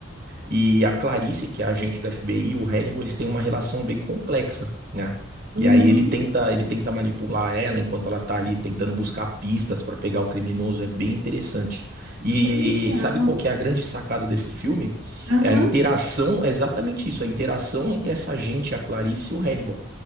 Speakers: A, on the right (about 45°); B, on the right (about 85°).
A: E a Clarice, que é a agente da FBI, e o Hannibal, eles têm uma relação bem complexa, né?
B: Uhum.
A: E aí ele tenta, ele tenta manipular ela enquanto ela tá ali tentando buscar pistas para pegar o criminoso, é bem interessante. E
B: Que legal.
A: sabe qual que é a grande sacada desse filme?
B: Aham,
A: É a interação, é exatamente isso, a interação entre essa agente, a Clarice e o Hannibal,